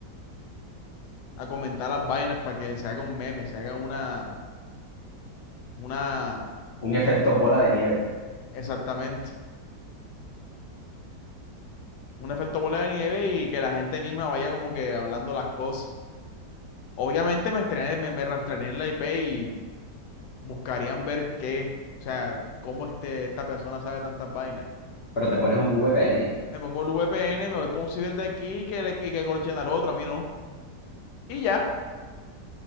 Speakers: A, on the left (about 75°); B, on the left (about 60°).
A: a comentar las vainas para que se haga un meme, se haga una, una,
B: Un efecto bola de nieve,
A: exactamente, un efecto bola de nieve y que la gente misma vaya como que hablando las cosas. Obviamente me estrené, me, me rastrearía en la IP y buscarían ver qué, o sea, cómo este, esta persona sabe tantas vainas.
B: pero te pones un VPN.
A: Me pongo el VPN, me voy por un ciber de aquí y que, le, y que corchen al otro, a mí no. Y ya,